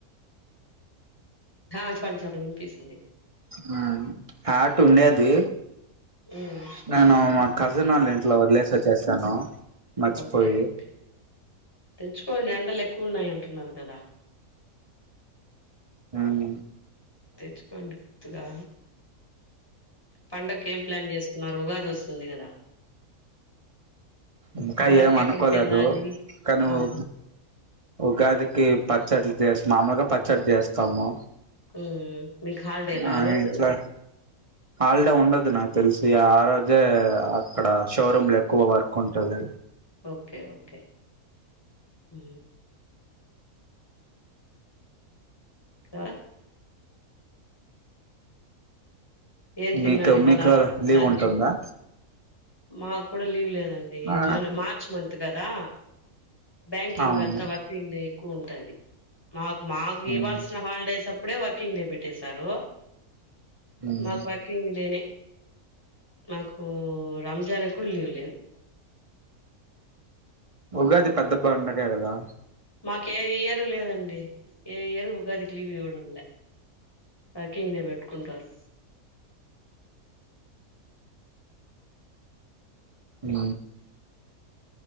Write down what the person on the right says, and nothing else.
హ్మ్ హ్యట్ ఉండేది
నేను మా అక్క కజిన్నోళ్ల ఇంట్లో వదిలేసి వచ్చేసాను మర్చిపోయి
హ్మ్
ఇంకా
ఏం
అనుకోలేదు కానీ
వు ఉగాదికి పచ్చడి చేసిన మామూలుగా పచ్చడి చేస్తాము
మా
ఇంట్లో హల్డే ఉండదు నా తెలిసి ఆ రోజే అక్కడ షోరూమ్లు ఎక్కువ వర్క్ ఉంటది
మీకు
మీకు లీవ్
ఉంటుందా
ఆ
అవును
ఉమ్
ఉమ్
ఉగాది పెద్ద పండగే కదా
హు